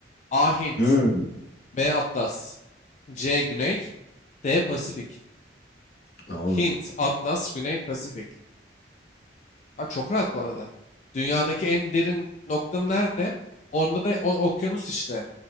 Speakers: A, on the left; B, on the left.
A: A. Hint
B: Hmm.
A: B. Atlas C. Güney D. Pasifik
B: Ya oğlum.
A: Hint, Atlas, Güney, Pasifik. Abi çok rahat bu arada. Dünyadaki en derin noktanın nerede? Onda da o, okyanus işte.